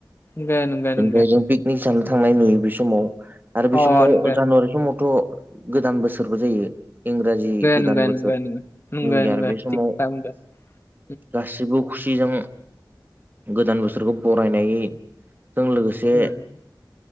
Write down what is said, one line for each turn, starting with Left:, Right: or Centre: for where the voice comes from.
Left: नंगौ नंगौ
Right: बेनिफ्राय
Left: नंगौ
Right: जों पिक नि जानो थांनाय नुयो बे समाव आरो
Left: अ
Right: बे समाव
Left: नंगौ
Right: जानुवारि समावथ' गोदान बोसोरबो जायो इंराजि गोदान
Left: नंगौ
Right: बोसोर
Left: नंगौ नंगौ नंगौ
Right: निउ इयार
Left: नंगौ
Right: बे समाव
Left: थिग खोथा बुंदों उम
Right: गासिबो खुसिजों गोदान बोसोरखौ बरायनायजों लोगोसे
Left: उम